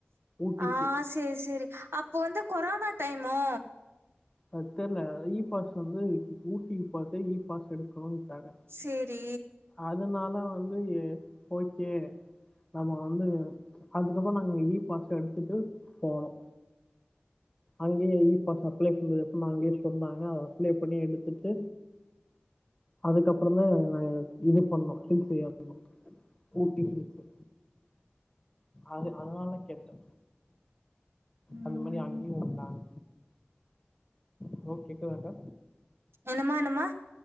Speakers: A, on the left; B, on the right.
A: ஊட்டிக்கு
B: ஆ செரி செரி அப்போ வந்து கொரோனா டைமோ
A: அத் தெர்ல இ பாஸ் வந்து ஊட்டிக்கு போறதுக்கு இ பாஸ் எடு எடுத்து <unintelligible> ட்டாங்க
B: சேரி.
A: அதனால வந்து எ ஓக்கே நம்ம வந்து அதுக்கப்பறோ நாங்க ஈ பாச எடுத்துட்டு போனோ அங்கேயே இ பாஸ் அ ப்ளை <unintelligible> அங்கேய சொன்னாங்க அத அப்ளை பண்ணி எடுத்துட்டு அதுக்கப்புறமு நாங்க இது பண்ணோ ஹில்ஸ் ஏற்னோ ஊட்டி ஹில்ஸ்சு அது அதனாலதா கேட்டே
B: ம்.
A: அந்த மாரி அங்கயு வந்தாங் ஹலோ கேக்குதாக்கா
B: என்னமா என்னமா